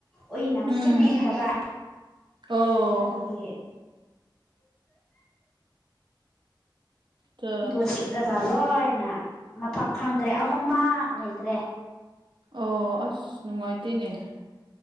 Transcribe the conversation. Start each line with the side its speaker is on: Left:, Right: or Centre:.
Centre: ꯎꯏꯅ
Right: ꯎꯝ
Centre: ꯆꯤꯛꯄꯤꯈ꯭ꯔꯕ
Right: ꯑꯣ
Centre: ꯑꯗꯨꯒꯤ
Right: ꯇ
Centre: ꯗꯣ ꯆꯤꯛꯂꯒ ꯂꯣꯏꯅ ꯃꯐꯝ ꯈꯪꯗ꯭ꯔꯦ ꯑꯍꯨꯝꯃꯛ ꯂꯩꯇ꯭ꯔꯦ <inaudible>
Right: ꯑꯣ ꯑꯁ ꯅꯨꯡꯉꯥꯏꯇꯦꯅꯦ